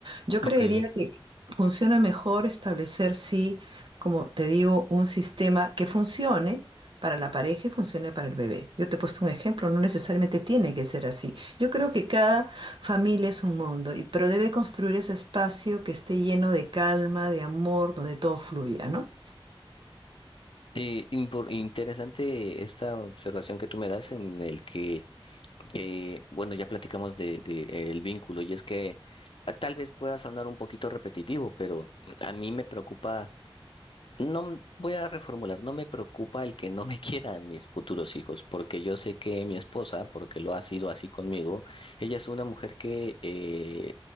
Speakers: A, on the right (about 60°); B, on the left (about 65°).
A: Yo
B: Ok.
A: creería que funciona mejor establecer, sí, como te digo, un sistema que funcione para la pareja y funcione para el bebé. Yo te he puesto un ejemplo, no necesariamente tiene que ser así. Yo creo que cada familia es un mundo, y- pero debe construir ese espacio que esté lleno de calma, de amor, donde todo fluya, ¿no?
B: Eh, impor- interesante esta observación que tú me das en el que, eh, bueno, ya platicamos de, de, eh, el vínculo y es que ah, tal vez pueda sonar un poquito repetitivo, pero a mí me preocupa No voy a reformular, no me preocupa el que no me <laughs> quieran mis futuros hijos, porque yo sé que mi esposa, porque lo ha sido así conmigo, ella es una mujer que eh,